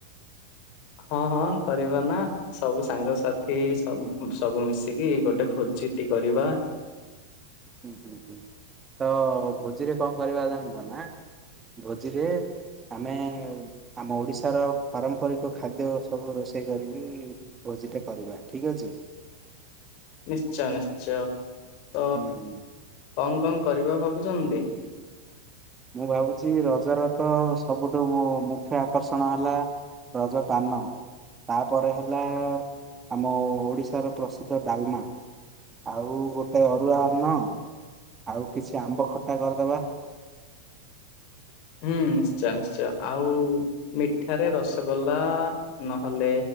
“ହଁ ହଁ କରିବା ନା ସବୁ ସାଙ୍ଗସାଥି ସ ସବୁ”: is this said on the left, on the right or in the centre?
Left